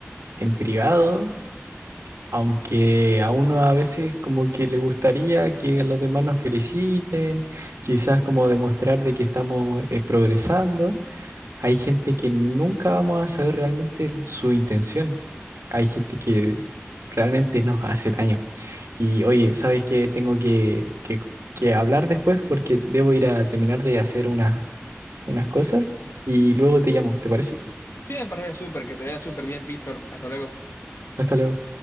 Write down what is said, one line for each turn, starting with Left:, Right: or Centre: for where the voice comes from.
Right: en privado, aunque a uno a veces como que le gustaría que a los demás nos feliciten, quizás como demostrar de que estamos eh, progresando. Hay gente que nunca vamos a saber realmente el- su intención. Hay gente que realmente nos hace daño. Y oye, ¿sabes qué? Tengo que, que, que hablar después porque debo ir a terminar de hacer unas unas cosas y luego te llamo, ¿te parece?
Left: Sí, me parece súper, que te vaya súper bien, Víctor. Hasta luego.
Right: Hasta luego.